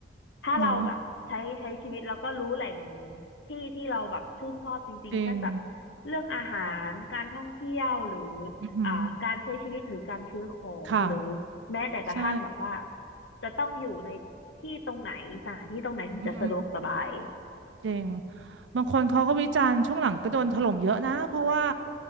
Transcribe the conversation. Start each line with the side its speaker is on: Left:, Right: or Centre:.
Left: ถ้าเราแบบใช้ใช้ชีวิตแล้วก็รู้แหล่ง
Right: เนาะ
Left: ที่ที่เราแบบชื่นชอบจริงๆเช่นแบบ
Right: จริง
Left: เรื่องอาหารการท่องเที่ยวหรือ
Right: อือหือ
Left: อ่าการใช้ชีวิตหรือการซื้อของหรือ
Right: ค่ะ
Left: แม้แต่กระทั่งแบบว่า
Right: ใช่
Left: จะต้องอยู่ในที่ตรงไหนสถานที่ตรงไหนถึงจะสะดวกสบาย
Right: อือือจริงบางคนเขาก็วิจารณ์ช่วงหลังก็โดนถล่มเยอะนะเพราะว่า